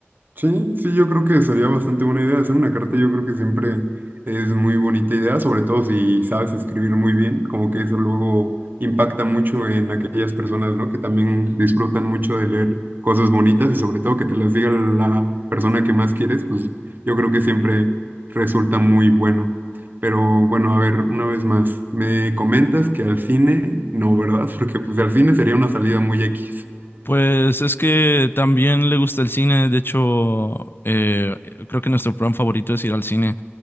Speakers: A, on the right (about 45°); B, on the left (about 50°).
A: Sí, sí, yo creo que sería bastante buena idea hacer una carta. Yo creo que siempre es muy bonita idea, sobre todo si sabes escribir muy bien, como que eso luego impacta mucho en aquellas personas, ¿no? Que también disfrutan mucho de leer cosas bonitas y sobre todo que te las diga la persona que más quieres, pues yo creo que siempre resulta muy bueno. Pero bueno, a ver, una vez más, me comentas que al cine no, ¿verdad? <laughs> Porque pues al cine sería una salida muy X.
B: Pues es que también le gusta el cine, de hecho, eh, creo que nuestro plan favorito es ir al cine,